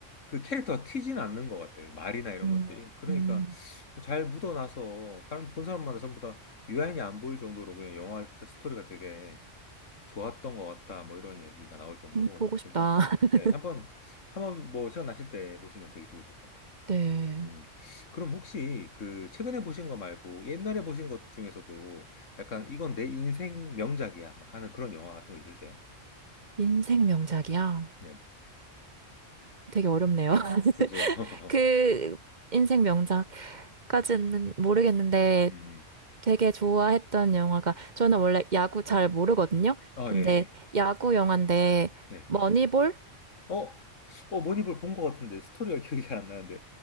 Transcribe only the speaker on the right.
음.
음.
음, 보고 싶다.
<laughs>
네.
인생 명작이야.
되게 어렵네요. <laughs>
그 인생 명작까지는 모르겠는데
되게 좋아했던 영화가 저는 원래 야구 잘 모르거든요.
근데
야구 영화인데
머니볼?